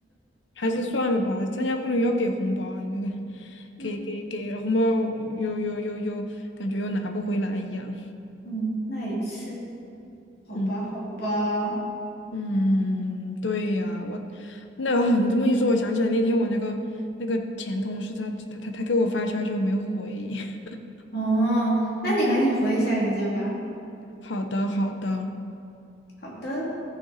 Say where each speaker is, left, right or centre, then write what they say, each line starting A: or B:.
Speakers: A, on the left (about 90°); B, on the left (about 60°).
A: 还是算了吧，参加婚礼要给红包，你这个
B: <laughs>。
A: 给给给了红包又又又又感觉又拿不回来一样。
B: 嗯，嗯，那也是，好吧，
A: 嗯
B: 好吧。
A: 嗯，对呀，我那哦，你这么一说，我想起来那天我那个那个前同事他他他他给我发消息，我没回。<laughs>
B: 哦，那你赶紧回一下人家吧。
A: 好的好的。
B: 好的。